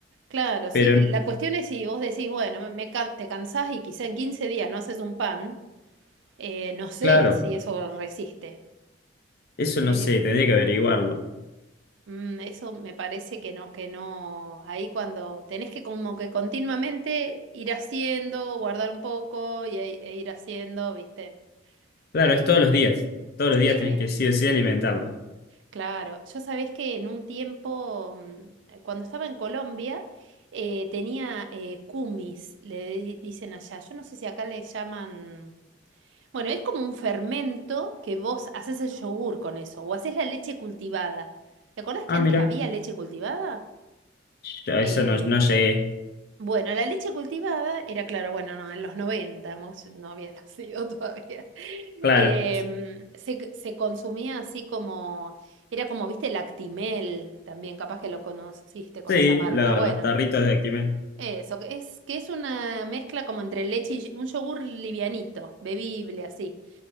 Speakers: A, on the right; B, on the left.
A: claro, sí.
B: Pero
A: La cuestión es si vos decís, bueno, me, me can- te cansás y quizá en 15 días no haces un pan, eh, no sé
B: claro,
A: si eso resiste.
B: eso
A: Medio.
B: no sé, tendría que averiguarlo.
A: Mm, eso me parece que no, que no. Ahí cuando tenés que como que continuamente ir haciendo, guardar un poco y, ahí- e ir haciendo, ¿viste?
B: Claro,
A: Eh,
B: es todos los días, todos los
A: sí,
B: días tenés que sí o sí alimentarla.
A: claro. Yo sabés que en un tiempo, mm, cuando estaba en Colombia, eh, tenía eh, cumis, le di- dicen allá. Yo no sé si acá le llaman. Bueno, es como un fermento que vos haces el yogur con eso, o haces la leche cultivada. ¿Te acordás que
B: Ah,
A: antes
B: mira,
A: había leche cultivada?
B: yo a
A: Em,
B: eso no, no llegué.
A: Bueno, la leche cultivada era, claro, bueno, no, en los 90 vos no había <laughs> nacido todavía.
B: Claro,
A: Em, se, se consumía así como, era como, viste, lactimel, también capaz que lo conociste con
B: sí,
A: esa marca.
B: lo-
A: Bueno,
B: los tarritos de Actimel.
A: eso, que es, que es una mezcla como entre leche y y- un yogur livianito, bebible, así.